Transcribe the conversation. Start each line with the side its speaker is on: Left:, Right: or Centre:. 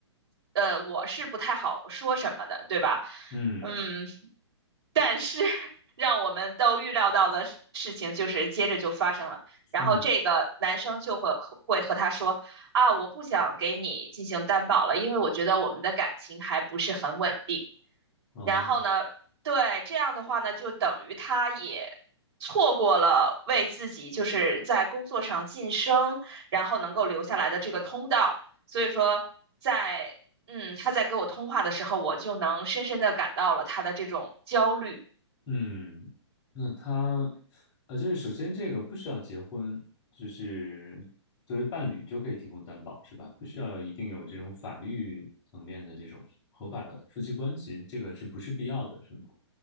Right: 呃，我是不太好说什么的，对吧？
Left: 嗯
Right: 嗯，但是 <laughs> 让我们都预料到的事情就是接着就发生了，然后这个男生就会会和他说啊，
Left: 嗯，
Right: 我不想给你进行担保了，因为我觉得我们的感情还不是很稳定。
Left: 哦。
Right: 然后呢，对，这样的话呢，就等于他也错过了为自己就是在工作上晋升，然后能够留下来的这个通道。所以说在，嗯，他在给我通话的时候，我就能深深的感到了他的这种焦虑。
Left: 嗯，那他，呃，就是首先这个不需要结婚，就是作为伴侣就可以提供担保，是吧？不需要一定有这种法律层面的这种合法的夫妻关系，这个是不是必要的，是吗？